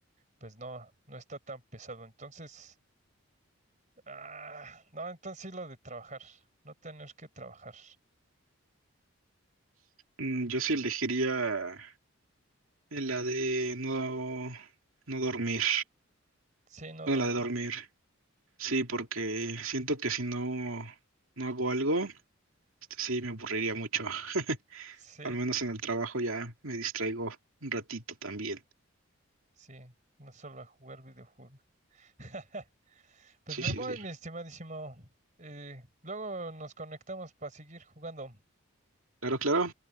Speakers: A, on the right (about 35°); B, on the right (about 70°).
A: pues no, no está tan pesado. Entonces, ah, no, entonces sí lo de trabajar, no tener que trabajar.
B: Mm, Yo sí elegiría la de no, no dormir.
A: Sí, no
B: Bueno,
A: dormir.
B: la de dormir. Sí, porque siento que si no, no hago algo, este, sí me aburriría mucho. <laughs>
A: Sí,
B: Al menos en el trabajo ya me distraigo un ratito también.
A: sí. No solo a jugar videojuegos. <laughs> Pues
B: Sí,
A: me
B: sí,
A: voy,
B: sí.
A: mi estimadísimo. Eh, luego nos conectamos para seguir jugando.
B: Claro, claro.